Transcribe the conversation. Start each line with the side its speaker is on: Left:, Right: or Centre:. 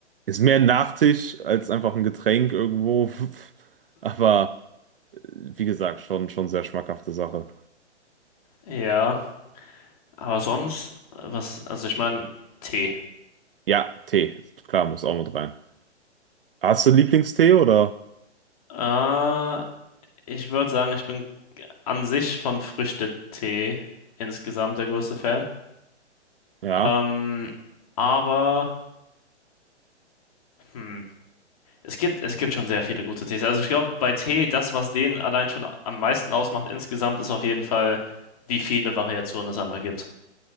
Right: Ist mehr ein Nachtisch als einfach ein Getränk irgendwo. <laughs> Aber. wie gesagt, schon, schon sehr schmackhafte Sache.
Left: Ja, aber sonst, was, also ich meine, Tee.
Right: Ja, Tee, klar, muss auch mit rein. Hast du einen Lieblingstee oder?
Left: Äh, ich würde sagen, ich bin an sich von Früchtetee insgesamt der größte Fan.
Right: Ja.
Left: Ähm, aber. Hm. Es gibt, es gibt schon sehr viele gute Tees. Also ich glaube, bei Tee, das, was den allein schon am meisten ausmacht insgesamt, ist auf jeden Fall, wie viele Variationen es einfach gibt.